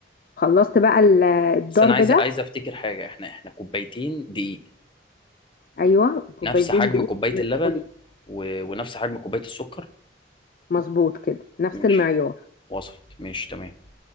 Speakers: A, on the left (about 45°); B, on the left (about 25°).
A: خلصت بقى ال- الضرب
B: بس انا عايز
A: ده
B: عايز افتكر حاجه احنا احنا كوبايتين دقيق
A: ايوه كوبايتين
B: نفس حجم
A: دقيق
B: كوبايه
A: منخولين
B: اللبن و... ونفس حجم كوبايه السكر
A: مظبوط كده نفس
B: ماشي
A: المعيار
B: وصلت ماشي تمام